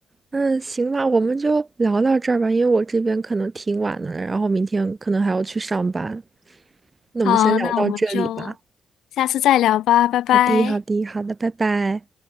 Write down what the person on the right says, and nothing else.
嗯，行吧，我们就聊到这儿吧，因为我这边可能挺晚的了然后明天可能还要去上班。
那我们先聊到这里吧。
好的，好的，好的，拜拜。